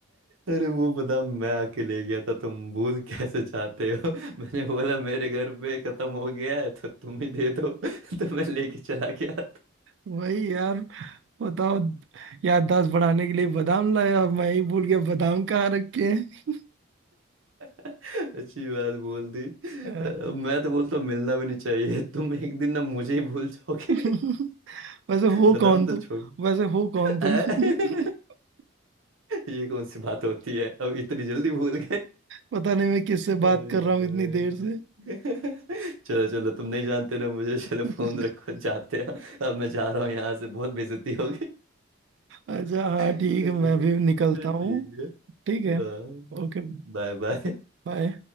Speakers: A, on the right (about 75°); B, on the right (about 60°).
A: अरे वो बदाम मैं आके ले गया था तुम भूल कैसे चाहते हो <laughs> मैंने बोला मेरे घर पे खत्म हो गया है तो तुम ही दे दो <laughs> तो मैं लेके चला गया था।
B: वही यार बताओ याददाश्त बढ़ाने के लिए बादाम लाए और मैं ही भूल गया बादाम कहाँ रखे हैं
A: <laughs> अच्छी बात बोल दी अ,
B: अ,
A: मैं तो बोलता हूँ मिलना भी नहीं चाहिए <laughs> तुम एक दिन ना मुझे ही भूल जाओगे
B: <laughs>
A: <laughs>
B: वैसे हो
A: बादाम
B: कौन
A: तो
B: तुम
A: छोड़
B: वैसे हो कौन
A: <laughs>
B: तुम
A: अ,
B: <laughs>
A: ये कौन सी बात होती है अब इतनी जल्दी भूल
B: पता नहीं मैं किससे
A: अरे
B: बात कर रहा
A: भाई
B: हूँ इतनी देर से
A: <laughs> चलो चलो तुम नहीं जानते ना मुझे चलो
B: <laughs>
A: फोन रखो जाते हैं अब मैं जा रहा हूँ यहाँ से बहुत बेइज्जती हो गई
B: अच्छा हाँ ठीक
A: चलो
B: है मैं भी निकलता
A: ठीक
B: हूँ
A: है हाँ।
B: ठीक है ओके
A: Bye bye
B: बाय